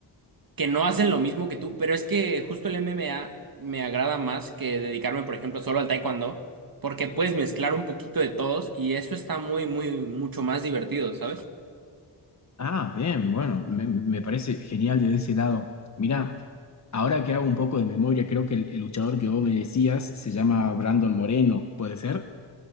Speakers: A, on the right; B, on the left.
A: que no hacen lo mismo que tú. Pero es que justo el M M A me agrada más que dedicarme, por ejemplo, solo al taekwondo, porque puedes mezclar un poquito de todos y eso está muy, muy, mucho más divertido, ¿sabes?
B: Ah, bien, bueno, me, me parece genial desde ese lado. Mirá, ahora que hago un poco de memoria, creo que el, el luchador que vos me decías se llama Brandon Moreno, ¿puede ser?